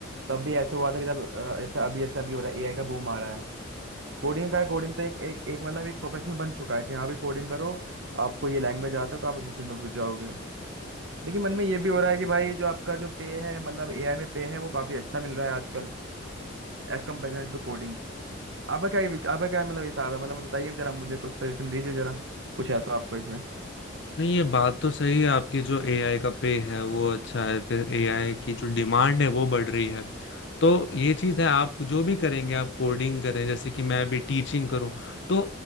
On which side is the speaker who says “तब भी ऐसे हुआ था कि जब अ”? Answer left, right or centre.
Right